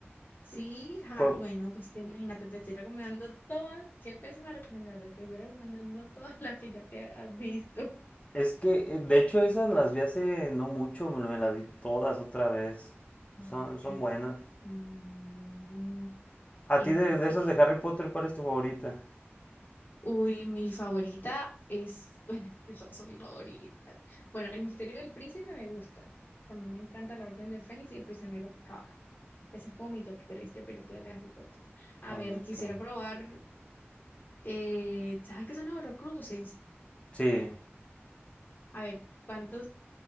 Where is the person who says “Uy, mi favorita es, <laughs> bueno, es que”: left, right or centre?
Left